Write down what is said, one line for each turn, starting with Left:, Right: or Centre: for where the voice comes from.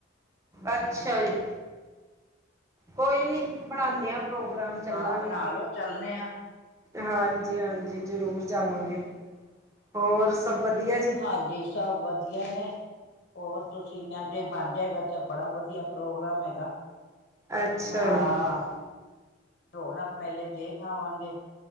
Right: ਅੱਛਾ ਜੀ, ਕੋਈ ਨੀ ਬਣਾਉਦੇ ਆ ਪ੍ਰੋਗਰਾਮ ਚੱਲਾਂਗੇ
Left: ਹਾਂ ਬਣਾ ਲੋ ਚੱਲਣੇ ਆ
Right: ਹਾਂਜੀ ਹਾਂਜੀ ਜਰੂਰ ਜਾਵਾਂਗੇ ਹੋਰ ਵਧੀਆ ਜੀ।
Left: ਹਾਂਜੀ ਸਭ ਵਧੀਆ ਨੇ ਹੋਰ ਤੁਸੀਂ ਮੈਂ ਜੇ ਬਣ ਜਾਏਗਾ ਤਾਂ ਬੜਾ ਵਧੀਆ ਪ੍ਰੋਗਰਾਮ ਹੈਗਾ
Right: ਅੱਛਾ
Left: ਹਾਂ
Right: ਜੀ
Left: ਰੌਣਕ ਵੇਲੇ ਦੇਖ ਆਵਾਂਗੇ